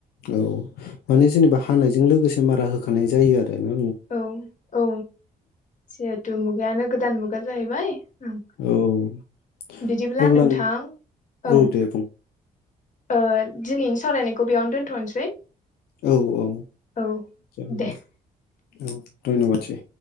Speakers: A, on the left; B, on the left.
A: औ माने जेनेबा हानायजों लोगोसे मारा होखानाय जायो आरो ना‌
B: औ औ जिहेथु मुगायानो गोदान मुगा जाहैबाय। ओं
A: औ
B: बिदिब्ला
A: अब्ला
B: नोंथां
A: नों
B: ओं
A: औ दे बुं
B: दिनैनि सावरायनायखौ बेयावनो दोनथ'नोसै।
A: औ औ
B: औ
A: ज औ धन्बाद। मोनसै।